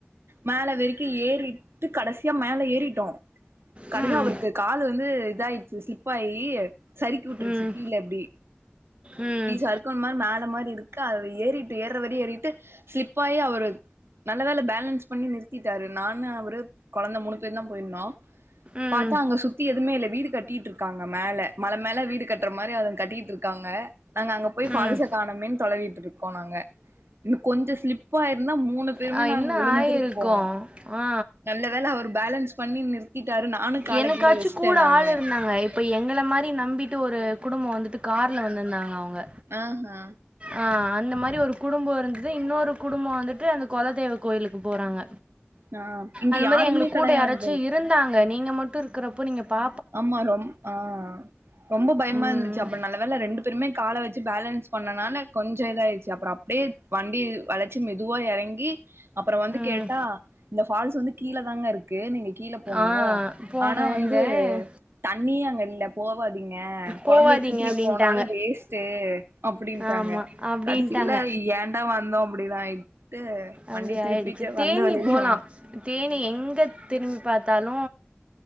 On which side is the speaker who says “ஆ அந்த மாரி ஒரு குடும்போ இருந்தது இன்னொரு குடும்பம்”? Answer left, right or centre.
Right